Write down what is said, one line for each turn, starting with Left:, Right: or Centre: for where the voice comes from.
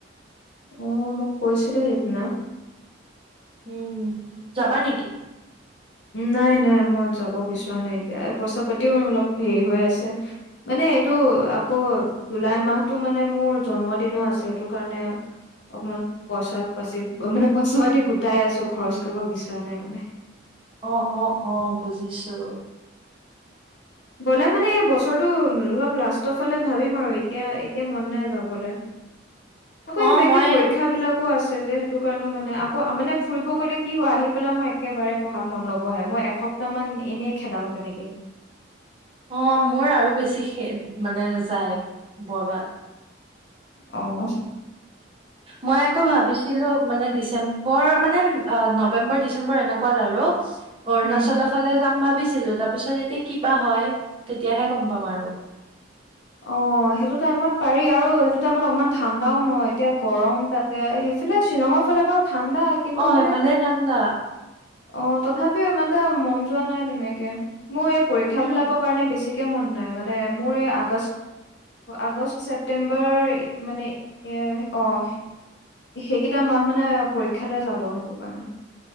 Left: অ মোক কৈছিলিলে সেইদিনা
Right: উম যাবা নেকি
Left: নাই নাই মই যাব বিচৰা নাই এতিয়া পইচা পাতিও অলপ হেৰি হৈ আছে মানে এইটো আকৌ জুলাই মাহতটো মানে মোৰ জন্মদিনো আছে সেইটো কাৰণে অকমান পইচা পাচি মানে পইচা পাতি গোটাই আছো খৰচ কৰিব বিচৰা নাই মানে।
Right: অ অ অ বুজিছো।
Left: গলে মানে বছৰটো অলপ লাষ্টৰ ফালে ভাবিম আৰু এতিয়া এতিয়া মন নাই যাবলৈ আকৌ
Right: অ',
Left: কিবা কিবি
Right: মই
Left: পৰীক্ষা বিলাকো আছে যে সেইটো কাৰণেও মানে আকৌ মানে ফুৰিব গ'লে কি হয় আহি পেলাই মই একেবাৰে পঢ়াত মন নবহে মই এসপ্তাহ মান এনেই খেদাও তেনেকে কে
Right: অ মোৰ আৰু বেছি মানে যায় বৰবাত
Left: অহ
Right: মই আকৌ ভাবিছিলো মানে ডিচেম্বৰ মানে অ নৱেম্বৰ ডিচেম্বৰ এনেকুৱাত আৰু অৰুণাচলৰ
Left: উম
Right: ফালে যাম ভাবিছো তাৰ পিছত যেতিয়া কিবা হয় তেতিয়াহে গম পাম আৰু
Left: অ সেইটো টাইমত পাৰি আৰু সেইটো টাইমত অকমান ঠাণ্ডাও ন এতিয়া গৰম তাতে সেইফালে শ্বিলঙৰ ফালে বাৰু ঠাণ্ডা কিন্তু
Right: অ
Left: মানে
Right: ফালে ঠাণ্ডা
Left: অ তথাপিও ইমানতা মন যোৱা নাই তেনেকে মোৰ এই পৰীক্ষাবিলাকৰ
Right: উম
Left: কাৰণে বেছি মন নাই মানে মোৰ এই আগ আগষ্ট ছেপ্তেম্বৰ মানে অঁ সেইকেইটা মাহ মানে পৰীক্ষাতে যাব সেইটো কাৰণে